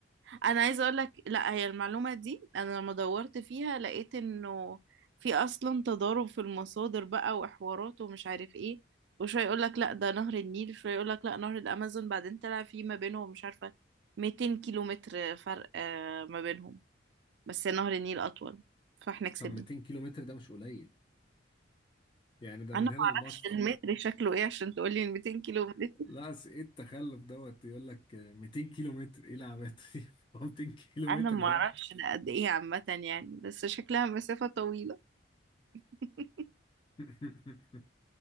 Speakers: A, on the right; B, on the left.
A: انا عايزه اقول لك لا هي المعلومه دي انا لما دورت فيها لقيت انه في اصلا تضارب في المصادر بقى وحوارات ومش عارف ايه وشويه يقول لك لا ده نهر النيل شويه يقول لك لا نهر الامازون بعدين طلع في ما بينهم مش عارفه 200 كيلو متر فرق آه، ما بينهم بس نهر النيل اطول فاحنا كسبنا
B: طب 200 كيلو متر ده مش قليل يعني ده
A: انا
B: من
A: ما
B: هنا لمصر
A: اعرفش المتر شكله ايه عشان تقولي 200 كيلو متر
B: لا س- ايه التخلف دوت يقول لك 200 كيلو متر ايه العبات دي <laughs> هو 200 كيلو متر
A: انا ما
B: ده
A: اعرفش ده قد ايه عامه يعني بس شكلها مسافه طويله <laughs>
B: <laughs>